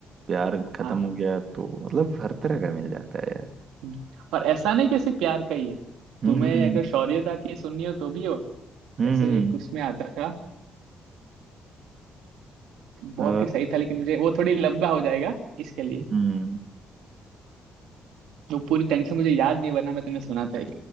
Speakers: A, on the right (about 50°); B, on the right (about 85°).
A: प्यार खत्म
B: हाँ
A: हो गया तो मतलब हर तरह का मिल जाता है यार
B: हम्म, और ऐसा नहीं कि सिर्फ प्यार का ही है
A: हम्म
B: तुम्हें
A: हम्म
B: अगर शौर्यता की सुननी हो तो भी हो
A: हम्म
B: जैसे
A: हम्म
B: एक
A: हम्म।
B: उसमें आता था बहुत
A: अ,
B: ही सही था लेकिन मुझे वो थोड़ी लंबा हो जाएगा इसके लिए
A: हम्म,
B: वो पूरी ढंग से मुझे याद नहीं बना मैं तुम्हें सुनाता एक